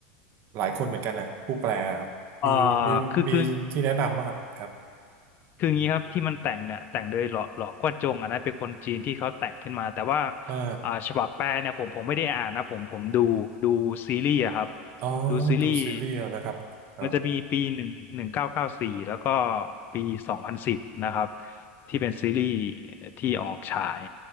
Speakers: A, on the right (about 50°); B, on the left (about 40°).
A: หลายคนเหมือนกันนะผู้แปลครับมีมีมีที่แนะนำป่ะครับครับ
B: เอ่อคือคือ คืองี้ครับที่มันแต่งเนี่ยแต่งโดยหล่อหล่อกวนจงอันนั้นเป็นคนจีนที่เขาแต่งขึ้นมาแต่ว่า
A: อ่า
B: อ่าฉบับแปลเนี่ยผมผมไม่ได้อ่านนะผมผมดูดูซีรีส์อะครับ
A: อ๋อ
B: ดูซีรีส์
A: ดูซีรีส์เอานะครับครับ
B: มันจะมีปีหนึ่งหนึ่งเก้าเก้าสี่แล้วก็ปีสองพันสิบนะครับที่เป็นซีรีส์ที่ออกฉาย